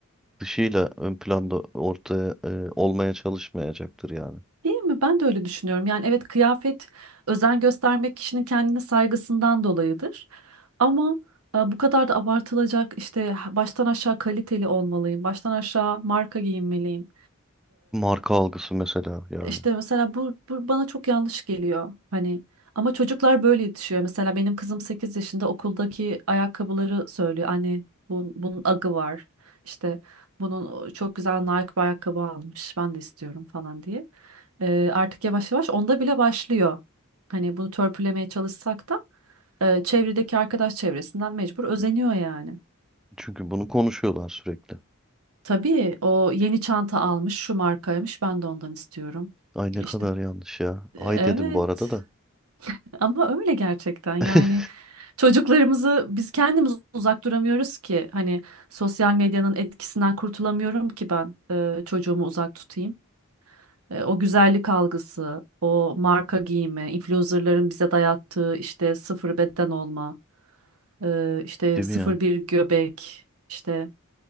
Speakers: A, in the centre; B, on the right.
A: dışıyla ön planda ortaya e, olmaya çalışmayacaktır yani.
B: Değil mi? Ben de öyle düşünüyorum. Yani evet kıyafet özen göstermek kişinin kendine saygısından dolayıdır. Ama e, bu kadar da abartılacak işte ha- baştan aşağı kaliteli olmalıyım, baştan aşağı marka giyinmeliyim.
A: Marka algısı mesela yani.
B: İşte mesela bu, bu bana çok yanlış geliyor. Hani ama çocuklar böyle yetişiyor. Mesela benim kızım 8 yaşında okuldaki ayakkabıları söylüyor. Anne bu, bunun agı var. İşte bunun o çok güzel Nike bir ayakkabı almış. Ben de istiyorum falan diye. Ee, artık yavaş yavaş onda bile başlıyor. Hani bunu törpülemeye çalışsak da e, çevredeki arkadaş çevresinden mecbur özeniyor yani.
A: Çünkü bunu konuşuyorlar sürekli.
B: Tabii o yeni çanta almış, şu markaymış. Ben de ondan istiyorum.
A: Ay ne
B: İşte
A: kadar yanlış ya. Ay
B: evet.
A: dedim bu arada da.
B: Ama öyle gerçekten yani
A: <laughs>
B: çocuklarımızı biz kendimiz uzak duramıyoruz ki hani sosyal medyanın etkisinden kurtulamıyorum ki ben e, çocuğumu uzak tutayım. E, o güzellik algısı, o marka giyimi, influencerların bize dayattığı işte sıfır beden olma, e, işte
A: Değil
B: sıfır
A: mi ya?
B: bir göbek, işte